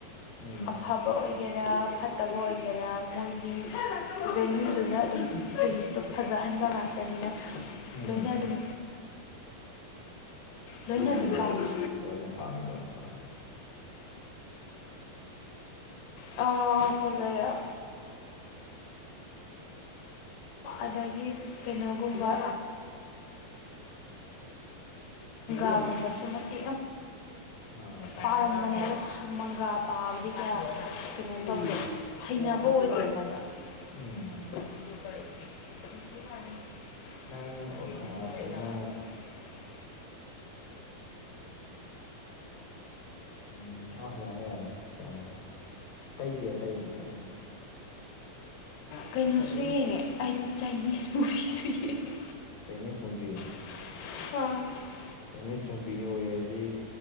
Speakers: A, on the left; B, on the left.
A: ꯎꯝ
B: ꯑꯐꯕ ꯑꯣꯏ ꯒꯦꯔꯥ ꯐꯠꯇꯕ ꯑꯣꯏꯒꯦꯔꯥ ꯃꯣꯏꯒꯤ ꯚꯦꯂꯨ ꯗꯨꯅ ꯑꯗꯨꯝ ꯁꯦꯔꯤꯁꯇꯣ ꯐꯖꯍꯟꯕ ꯉꯥꯛꯇꯅꯤꯅ
A: ꯎꯝ
B: ꯂꯣꯏꯅ ꯑꯗꯨꯝ ꯂꯣꯏꯅ
A: ꯃꯥꯅꯦ
B: ꯑꯗꯨꯝ
A: ꯃꯥꯅꯦ
B: ꯄꯥꯝꯃꯤ
A: ꯂꯣꯏꯅ ꯄꯥꯝꯃꯦ ꯂꯣꯏꯅ ꯄꯥꯝ
B: ꯎꯝ ꯑꯣ ꯐꯖꯩꯑꯥ ꯑꯗꯒꯤ ꯀꯩꯅꯣ ꯃꯪꯒꯥ ꯒꯨꯝꯕ ꯃꯇꯦꯛ
A: ꯑꯥ
B: ꯄꯔꯝꯕꯅꯦ ꯑꯗꯣ ꯃꯪꯒꯥꯄꯕꯗꯤ ꯈꯔ ꯀꯩꯅꯣ ꯇꯧꯗꯦ
A: ꯑꯥ
B: ꯍꯩꯅꯕ ꯑꯣꯏꯗꯦ ꯑꯩꯉꯣꯟꯗ
A: ꯎꯝ
B: <inaudible>
A: ꯅꯪ
B: ꯐ꯭ꯔꯤꯗ
A: ꯑꯣ ꯑꯥ
B: ꯊꯕꯩꯔꯕ
A: ꯀꯩꯅꯣ
B: <inaudible> <inaudible>
A: ꯎꯝ ꯑ ꯌꯥꯔꯦ ꯌꯥꯔꯦ ꯀꯩꯅꯣ ꯑꯇꯩꯗꯤ ꯑꯇꯩꯗꯤ ꯑꯗꯨꯝ
B: ꯀꯩꯅꯣꯁꯨ ꯌꯦꯡꯉꯦ ꯑꯩꯗꯤ ꯆꯥꯏꯅꯤꯁ ꯄꯨꯔꯤꯁꯨ ꯌꯦꯡꯉꯦ
A: ꯆꯥꯏꯅꯤꯁ ꯕꯣꯝꯕꯤ
B: <unintelligible>
A: ꯆꯥꯏꯅꯤꯁ ꯆꯣꯝꯚꯤ ꯑꯣꯏꯔꯗꯤ